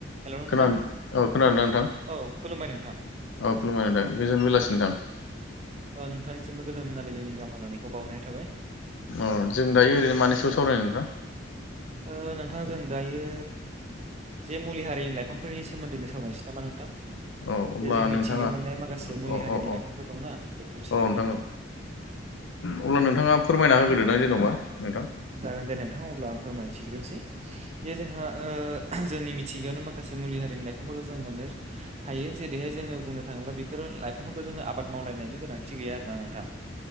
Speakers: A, on the right; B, on the left.
A: हेल' नोंथां
B: खोनादों औ खोनादों ना नोंथां
A: औ खुलुमबाय नोंथां
B: औ खुलुमाय नोंथां गोजोन बेलासि नोंथां
A: ओ नोंथांनिसिमबो गोजान मोनाबिलिनि गाहाम हाल'नायखौ बावहरनाय थाबाय
B: अ जों दायो ओरैनो मानि सायाव सावरायनो नोंथां
A: ओ नोंथां जों दायो जे मुलि हारिनि लाइफांफोरनि सोमोन्दैनो सावरायनोसै नामा नोंथां
B: औ अब्ला
A: जे जों मिथिंगायाव
B: नोंथाङा
A: मोननाय माखासे मुलि
B: औ
A: हारिनि
B: औ औ
A: लाइफांफोर दंना बेफोरनि सोमोन्दै
B: औ नोंथां औ अब्ला नोंथाङा फोरमायना होग्रोदोदां जेनेबा नोंथां
A: जागोन दे नोंथां अब्ला आं फोरमायथिग्रोनोसै बे जोंहा ओ जोंनि मिथिंगायावनो माखासे मुलि हारिनि लाइफांफोरखौ जों मोनो हायो जेरैहाय जोङो बुंनो थाङोब्ला बेफोर लाइफांफोरखौ जोङो आबाद मावलायनायनि गोनांथि गैया आरो ना नोंथां